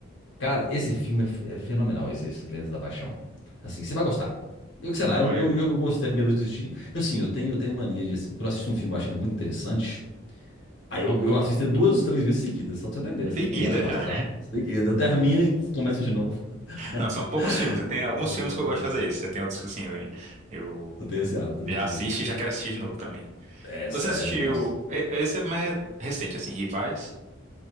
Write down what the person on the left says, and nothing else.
Cara, esse filme é, f- é fenomenal, esse, esses Lendas da Paixão. Assim, você vai gostar. Eu sei
lá, eu,
eu, eu gostei a primeira vez que eu assisti. Eu, assim, eu tenho, eu tenho mania de, assim, quando eu assisto um filme, eu acho ele muito interessante. Aí eu, eu assisto ele duas, três vezes seguidas, só pra você entender, assim,
quando eu acho massa,
sabe? Seguida, eu termino e começo de novo. <laughs>
É,
Eu tenho esse hábito de
fazer
isso.
É sério,
nossa.